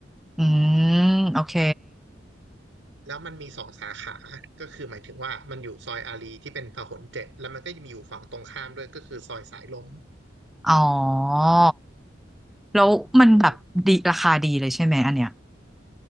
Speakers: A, in the centre; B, on the right.
A: อืมโอเค
B: แล้วมันมีสองสาขา ก็คือหมายถึงว่ามันอยู่ซอยอารีย์ที่เป็นพหลเจ็ดแล้วมันก็จะมีอยู่ฝั่งตรงข้ามด้วยก็คือซอยสายลม
A: อ๋อแล้วมันแบบดีราคาดีเลยใช่ไหมอันเนี้ย
B: เออ